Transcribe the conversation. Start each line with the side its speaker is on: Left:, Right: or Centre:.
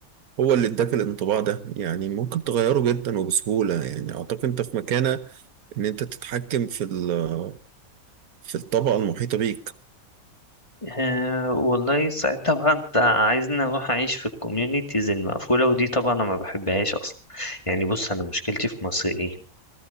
Right: هو اللي اداك الانطباع ده يعني ممكن تغيره جدا وبسهولة يعني اعتقد انت في مكانة ان انت تتحكم في ال- في الطبقة المحيطة بيك
Left: أه والله ساعتها بقى انت عايزني اروح اعيش في الكوميونيتيز المقفوله ودي طبعا انا ما بحبهاش اصلا يعني بص انا مشكلتي في مصر ايه,